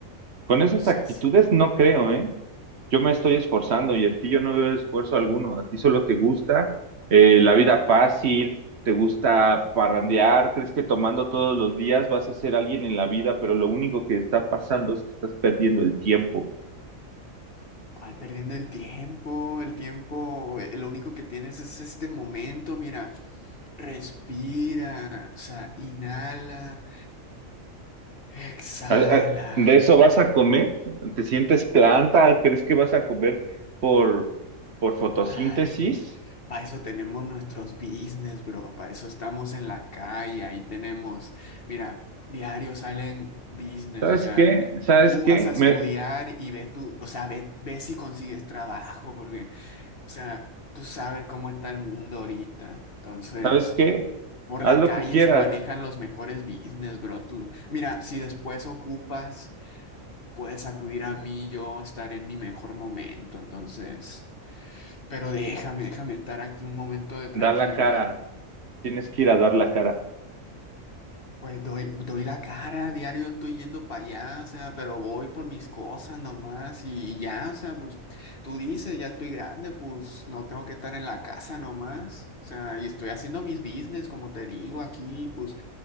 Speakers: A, on the right; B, on the left.
A: Con esas
B: sea,
A: actitudes
B: es-
A: no creo, ¿eh? Yo me estoy esforzando y en ti yo no veo esfuerzo alguno. A ti solo te gusta eh, la vida fácil, te gusta parrandear, crees que tomando todos los días vas a ser alguien en la vida, pero lo único que está pasando es que estás perdiendo el tiempo.
B: ¿cuál perdiendo el tiempo? El tiempo, eh, lo único que tienes es este momento, mira, respira, o sea, inhala, exhala.
A: ¿A- a- ¿De eso vas a comer? ¿Te sientes planta? ¿Crees que vas a comer por, por fotosíntesis?
B: Ay, para eso tenemos nuestros business, bro. Para eso estamos en la calle. Ahí tenemos, mira, diario salen business.
A: ¿Sabes
B: O sea,
A: qué? ¿Sabes
B: tú
A: qué?
B: vas a estudiar
A: Me-
B: y ve tú, o sea, ve, ve si consigues trabajo, porque, o sea, tú sabes cómo está el mundo ahorita. Entonces,
A: ¿sabes qué?
B: por
A: Haz
B: la
A: lo
B: calle
A: que quieras,
B: se manejan los mejores business, bro. Tú, mira, si después ocupas, puedes acudir a mí. Yo estaré en mi mejor momento. Entonces. Pero déjame, déjame estar aquí un momento de tranquilidad.
A: da la cara. tienes que ir a dar la cara.
B: Pues doy, doy la cara, diario estoy yendo para allá, o sea, pero voy por mis cosas nomás y, y ya, o sea, pues tú dices, ya estoy grande, pues no tengo que estar en la casa nomás. O sea, y estoy haciendo mis business, como te digo aquí, pues